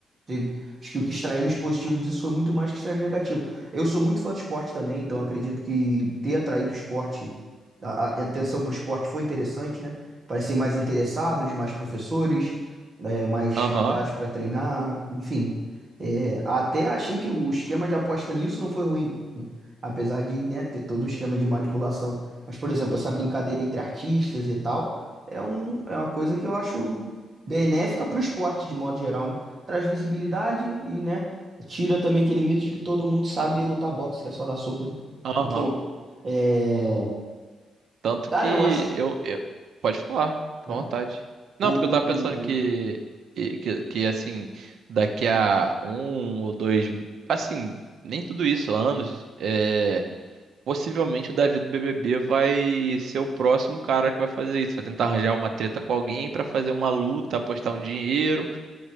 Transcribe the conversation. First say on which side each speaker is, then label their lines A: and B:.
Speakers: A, on the right; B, on the right.
A: Teve- Acho que o que extraímos positivo disso foi muito mais que extraímos negativo. Eu sou muito fã do esporte também, então acredito que ter atraído o esporte, a, a atenção para o esporte foi interessante, né? Parecem mais interessados, mais professores, é, mais
B: Aham,
A: lugares para treinar, enfim. É, até achei que o esquema de aposta nisso não foi ruim, né? apesar de, né, ter todo o esquema de manipulação. Mas, por exemplo, essa brincadeira entre artistas e tal. É, um, é uma coisa que eu acho benéfica para o esporte, de modo geral, né? Traz visibilidade e, né, tira também aquele mito de que todo mundo sabe lutar boxe, que é só dar soco, né? <laughs>
B: aham.
A: Então, é...
B: Tanto
A: cara,
B: que
A: eu acho que,
B: eu, eu- Pode falar, fica
A: né?
B: à vontade.
A: O,
B: Não, porque eu tava pensando que,
A: o...
B: que, que, assim, daqui a um ou dois, assim, nem tudo isso, anos, é, possivelmente o Davi do BBB vai ser o próximo cara que vai fazer isso. Vai tentar arranjar uma treta com alguém pra fazer uma luta, apostar um dinheiro.